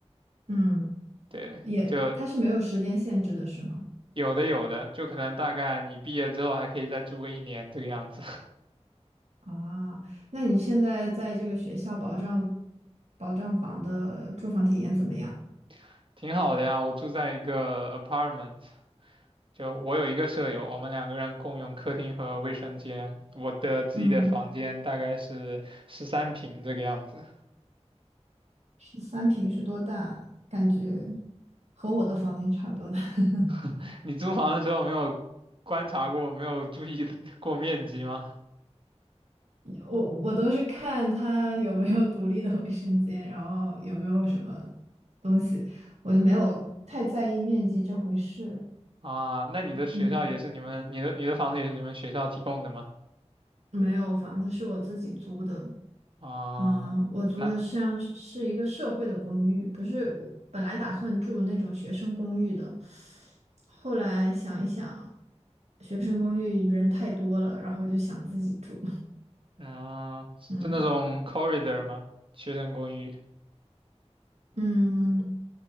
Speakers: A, on the right; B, on the right.
A: 嗯，
B: 对，
A: 也，
B: 就
A: 它是没有时间限制的，是吗？
B: 有的有的，就可能大概你毕业之后还可以再住个一年这个样子，
A: 啊，那你现在在这个学校保障保障房的住房体验怎么样？
B: <laughs> 挺好的呀。我住在一个 apartment。就我有一个舍友，我们两个人共用客厅和卫生间。我的自己的房间大概是十三平这个样子。
A: 嗯，十三平是多大？感觉和我的房间差不多大。<laughs>
B: <laughs> 你租房的时候没有观察过，没有注意 <laughs> 过面积吗？
A: 我我都是看它有没有独立的卫生间，然后有没有什么东西，我就没有太在意面积这回事。
B: 啊，那你的学校也是你们，
A: 嗯，
B: 你的你的房子也是你们学校提供的吗？
A: 没有，房子是我自己租的，
B: 啊，
A: 嗯，呃我租的像是是一个社会的公寓，
B: 那
A: 不是我本来打算住那种学生公寓的，后来想一想，学生公寓人太多了，然后就想自己住。
B: 嗯，是那种
A: 嗯
B: corridor 吗？学生公寓？
A: 嗯，